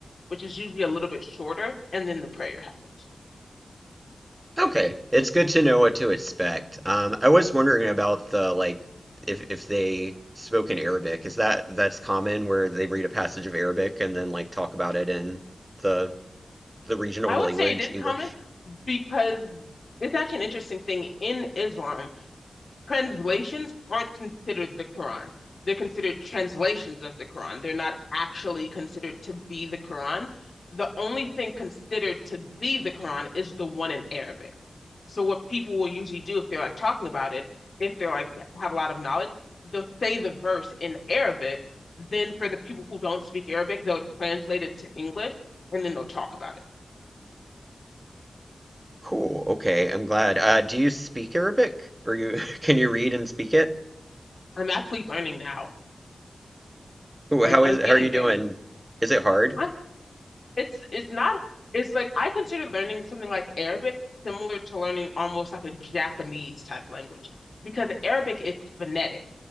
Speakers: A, on the left; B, on the right.
A: which is usually a little bit shorter, and then the prayer happens.
B: Okay, it's good to know what to expect. Um, I was wondering about the like if if they spoke in Arabic. Is that that's common where they read a passage of Arabic and then like talk about it in the the regional
A: I
B: language,
A: would say it is
B: English?
A: common because it's actually an interesting thing in Islam translations aren't considered the Quran. They're considered translations of the Quran. They're not actually considered to be the Quran. The only thing considered to be the Quran is the one in Arabic. So what people will usually do if they're like talking about it, if they're like have a lot of knowledge, they'll say the verse in Arabic. Then for the people who don't speak Arabic, they'll translate it to English and then they'll talk about it.
B: Cool. Okay, I'm glad. Uh, do you speak Arabic? Or you <laughs> can you read and speak it?
A: I'm actually learning now.
B: Ooh,
A: I'm
B: how
A: I'm
B: is
A: getting
B: how are you doing?
A: there.
B: Is it hard?
A: I It's it's not it's like I consider learning something like Arabic similar to learning almost like a Japanese type language because Arabic is phonetic.